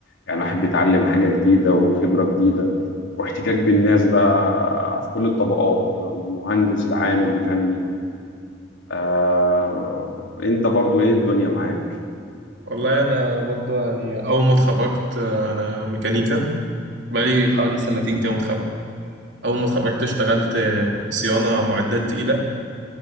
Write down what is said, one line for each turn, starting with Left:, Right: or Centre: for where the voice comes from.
Left: يعني الواحد بيتعلم حاجة جديدة وخبرة جديدة واحتكاك بالناس بقى في كل الطبقات من مهندس لعامل لفني آه انت برضو ايه الدنيا معاك
Right: والله انا برضه يعني اول ما اتخرجت آه، انا ميكانيكا بقالي حوالي سنتين كده متخرج اول ما اتخرجت اشتغلت آه، صيانة معدات تقيلة